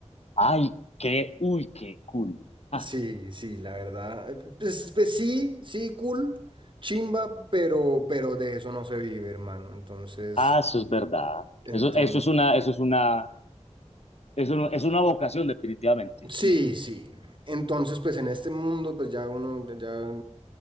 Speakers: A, on the left; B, on the right.
A: Ay, qué, uy, qué cool. Ah,
B: Sí, sí, la verdad. eh, Pues, pues sí, sí, cool, chimba, pero, pero de eso no se vive, hermano. Entonces,
A: ah, eso es verdad.
B: entonces,
A: Eso, eso es una, eso es una, Es, una, es una vocación, definitivamente.
B: sí,
A: Mm.
B: sí. Entonces, pues en este mundo, pues ya uno, ya.